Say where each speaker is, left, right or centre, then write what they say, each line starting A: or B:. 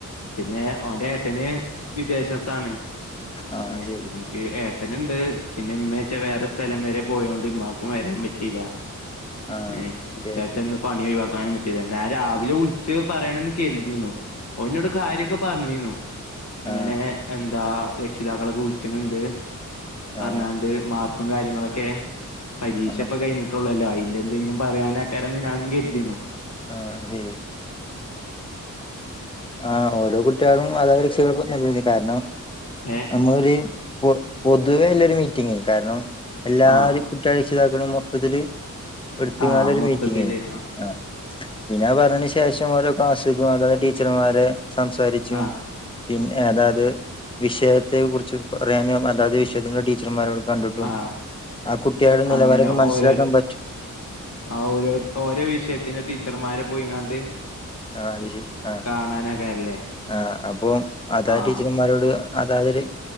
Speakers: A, on the left; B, on the left.
A: പിന്നെ ഓന്റെ ഏട്ടന് വിദേശത്താണ്
B: ആ
A: ഏഹ്
B: ശരി
A: അവനിക്ക് ഏ ഏട്ടനുണ്ട് പിന്നെ ഉമ്മച്ചാ വേറെ സ്ഥലം വരെ പോയോണ്ട് ഉമ്മാക്കും വരാൻ പറ്റില്ല
B: ആ
A: ഏഹ്
B: ഓക്കെ
A: ഇച്ചാച്ചന്ന് പണി ഒഴിവാക്കാനും പറ്റീല്ല ഞാൻ രാവിലെ വിളിച്ച് പറയണം നിക്കാരുന്നു നിന്നു ഓൻ എന്നോട് കാര്യം ഒക്കെ പറഞ്ഞീന്നു ഇങ്ങനെ
B: ആ
A: എ താ രക്ഷിതാക്കളൊക്കെ വിളിക്കുന്നുണ്ട്
B: ആ
A: അണാണ്ട് മാർക്കും കാര്യങ്ങ ക്കെ പരീക്ഷ
B: ആ
A: ഇപ്പം കഴിഞ്ഞിട്ടുള്ളല്ലോ അയിന്റെ എന്തെങ്കിലും പറയാനാ ആക്കാനോ ആണെന്നെ ഞാനും കരുതിന്നു
B: ആഹ് ശരി ആ ഓരോ കുട്ടികളും അതാ രക്ഷകൾക്കും നല്ലത് കാരണം
A: ഏഹ്
B: നമ്മളൊരു പൊ പൊതുവേ ഉള്ളരു മീറ്റിംഗ് കാരണം എല്ലാരും
A: ആഹ്
B: <unintelligible> രക്ഷിതാക്കളും മൊത്തത്തില് എടുത്ത്
A: ആഹ്
B: <unintelligible>
A: മൊത്തത്തില്
B: മീറ്റിങ്ങേ ആഹ് പിന്നെ ആ പറഞ്ഞന് ശേഷം ഓരോ ക്ലാസ്സക്കും അതാത് ടീച്ചർമാരെ സംസാരിച്ചും
A: ആഹ്
B: പിന്നെ അതായത് വിഷയത്തെ കുറിച്ച് പറയാനും അതാത് വിഷയത്തിന്റെ ടീച്ചർമാരോട് കണ്ടിട്ടും
A: ആഹ്
B: ആ കുട്ടികൾടെ നിലവാരൊക്കെ
A: അങ്ങനെ
B: മനസ്സിലാക്കാൻ
A: ഓരോ
B: പറ്റ
A: ആ ഓരോ ഓരോ വിഷയത്തിന്റെ ടീച്ചർമാരെ പോയിങ്ങാണ്ട്
B: ആ അത് ശരി ആ
A: കാണാനൊക്കെല്ലേ
B: ആ അപ്പൊ അതാ
A: ആഹ്
B: ടീച്ചർമാരോട് അതാതില്